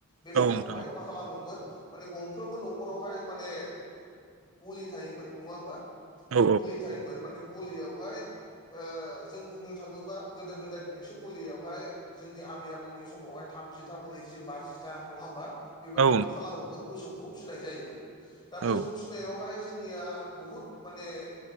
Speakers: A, on the left (about 20°); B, on the right (about 65°).
A: बे
B: औ
A: समावहाय
B: नोंथां
A: मा खालामोमोन माने गंफ्रोमबो न'खरावहाय माने। गलि थायोमोन नङा होमबा
B: औ
A: गलि थायोमोन माने गलियावहाय जों बुंनो थाङोबा गोदो गोदाय गंसे गलियावहाय जोंनि आबै आबौनि समावहाय थामजिथा ब्रैजि बाजिथा नङा होमबा? बेबायदि
B: औ
A: मा खालामोमोन मोसौखौ फिसिनाय जायोमोन दा
B: औ
A: मोसौ फिसिनायाव। जया बुहुत माने